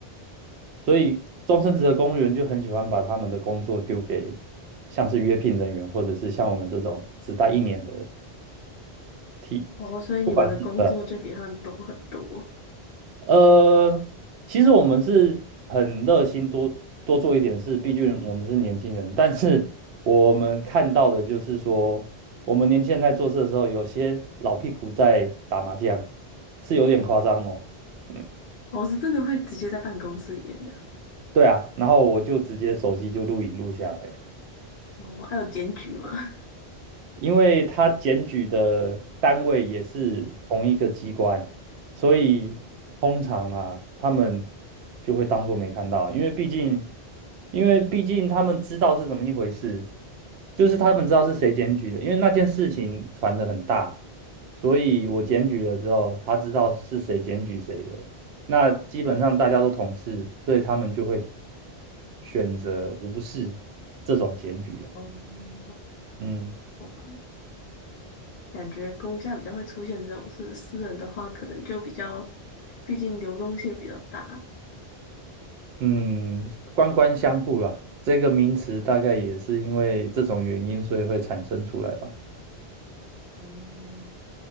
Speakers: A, on the right (about 75°); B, on the left (about 60°).
A: 所以终身职的公务员就很喜欢把他们的工作丢给像是约聘人员，或者是像我们这种只待一年的替，
B: 哦，所以你们的工作就比他们多很多。
A: 不管是呃呃，其实我们是很热心多多做一点事，毕竟我们是年轻人。但是我们看到的就是说，我们年轻人在做事的时候，有些老屁股在打麻将，是有点夸张哦。<laughs>
B: 我、是真的会直接在办公室里面的。
A: 对啊，然后我就直接手机就录影录下来了。
B: 哦，还有检举吗？<laughs>
A: 因为他检举的单位也是同一个机关，所以通常啊，他们就会当做没看到，因为毕竟，因为毕竟他们知道是怎么一回事，就是他们知道是谁检举的，因为那件事情传得很大，所以我检举了之后，他知道是谁检举谁的，那基本上大家都同事，所以他们就会选择无视这种检举啊，
B: 哦，
A: 嗯。
B: 好吧，感觉公家比较会出现这种事，私人的话可能就比较，毕竟流动性比较大。
A: 嗯，官官相护啦，这个名词大概也是因为这种原因，所以会产生出来吧。
B: 哦，